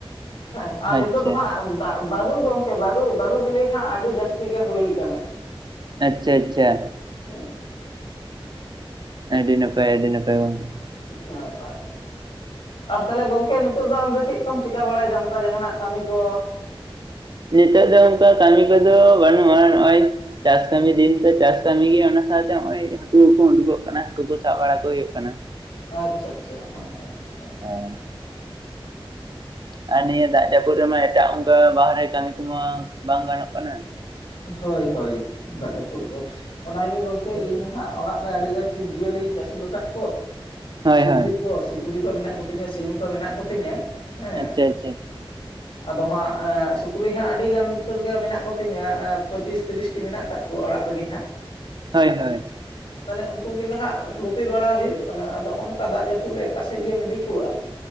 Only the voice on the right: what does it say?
ᱟᱪᱪᱷᱟ
ᱟᱪᱪᱷᱟ ᱟᱪᱪᱷᱟ
ᱟᱹᱰᱤ ᱱᱟᱯᱟᱭ ᱟᱹᱰᱤ ᱱᱟᱯᱟᱭ ᱜᱚᱢᱠᱮ
ᱱᱤᱛᱚᱜ ᱫᱚ ᱚᱱᱠᱟ ᱠᱟᱹᱢᱤ ᱠᱚᱫᱚ ᱵᱟᱹᱱᱩᱜᱼᱟ ᱱᱚᱜᱼᱚᱭ ᱪᱟᱥ ᱠᱟᱹᱢᱤ ᱫᱤᱱ ᱛᱚ ᱪᱟᱥ ᱠᱟᱹᱢᱤ ᱜᱮ ᱚᱱᱟ ᱥᱟᱶᱛᱮ ᱦᱚᱜ ᱚᱭ ᱦᱟᱠᱩ ᱠᱩ ᱠᱚ ᱩᱰᱩᱠᱚᱜ ᱠᱟᱱᱟ ᱦᱟᱠᱩ ᱠᱚ ᱥᱟᱵ ᱵᱟᱲᱟ ᱠᱚ ᱦᱩᱭᱩᱜ ᱠᱟᱱᱟ
<inaudible> ᱟᱨ ᱱᱤᱭᱟᱹ ᱫᱟᱜ ᱡᱟᱯᱩᱫ ᱨᱮᱢᱟ ᱮᱴᱟᱜ ᱚᱱᱠᱟ ᱵᱟᱦᱨᱮ ᱠᱟᱹᱢᱤ ᱠᱚᱢᱟ ᱵᱟᱝ ᱜᱟᱱᱚᱜ ᱠᱟᱱᱟ
ᱦᱳᱭ
ᱦᱳᱭ
ᱟᱪᱪᱷᱟ ᱟᱪᱪᱷᱟ
ᱦᱳᱭ ᱦᱳᱭ